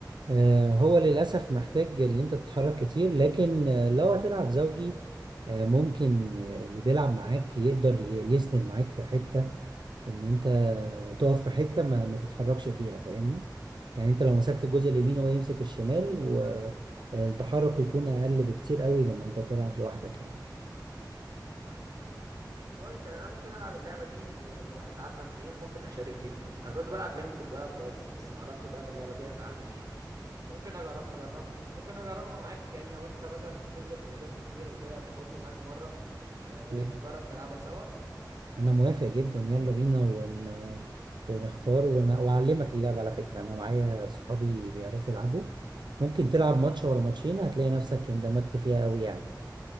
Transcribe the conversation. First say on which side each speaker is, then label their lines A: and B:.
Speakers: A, on the right (about 80°); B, on the right (about 55°).
A: آه، هو للأسف محتاج اللي انت تتحرك كتير لكن آه، لو هتلعب زوجي آه، ممكن آه، اللي بيلعب معاك يقدر ي- يسند معاك في حتة ان انت تقف في حتة ما, ما تتحركش فيها فاهمني يعني انت لو مسكت الجزء اليمين هو يمسك الشمال والتحرك يكون اقل بكتير قوي لما انت تلعب لوحدك
B: طب ده حلو قوي طب كويس يعني انا ممكن العب اللعبه دي يعني لو احنا لعبنا اتنين ممكن اشارك فيها انا كنت بلعب بينج كنت بلعب كويس بس ما اعرفش بقى في اللعبه دي هبقى اعمل ايه ممكن اجرب اجربها ممكن اجربها معاك يعني لو انت مثلا بتنزل حجوزات كتير وكده تاخدني معاك مره آه،
A: يعني
B: نجرب نلعبها سوا
A: انا موافق جدا يلا بينا ون... ونختار ون... واعلمك اللعب على فكرة انا معايا صحابي بيعرفوا يلعبوا ممكن تلعب ماتش ولا ماتشين هتلاقي نفسك اندمجت فيها قوي يعني